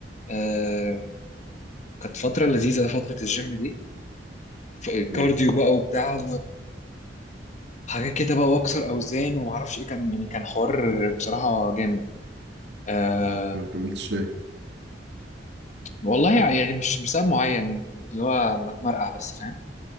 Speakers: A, on the left; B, on the right.
A: آه كانت فتره لذيذه فتره الجيم دي ف- كارديو
B: مم.
A: بقى وبتاع وحاجات كده بقى واكسر اوزان وما اعرفش ايه كان يعني كان حوار بصراحه جامد آه
B: انت ما كملتش ليه؟
A: والله يعني مش بسبب معين يعني كنت اللي هو بتمرقع بس فاهم